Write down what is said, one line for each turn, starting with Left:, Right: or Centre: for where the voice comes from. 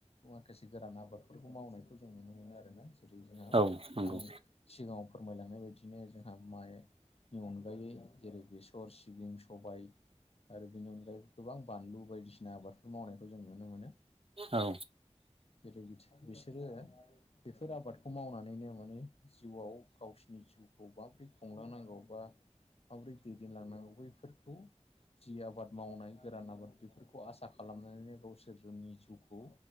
Left: माखासे गोरान आबाद बेफोरखौ मावनायखौ जों नुनो मोनो आरोना जेरै जोंहा
Right: औ नंगौ
Left: आं सिगाङाव फोरमायलांनाय बदिनो जों माय नि अनगायै जेरै बेसर सिबिं सबाय आरो बेनि अनगायै गोबां बानलु बायदिसिना आबादफोर मावनायखौ जों नुनो मोनो
Right: औ
Left: गोदो बिसोरो बेफोर आबादखौ मावनानैनो माने जिउआव गावसिनि जिउखौ माब्रै खुंलांनांगौ बा माबोरै दैदेनलांनांगौ बैफोरखौ जि आबाद मावनाय गोरान आबाद बेफोरखौ आसा खालामनानैनो गावसोरनि जिउखौ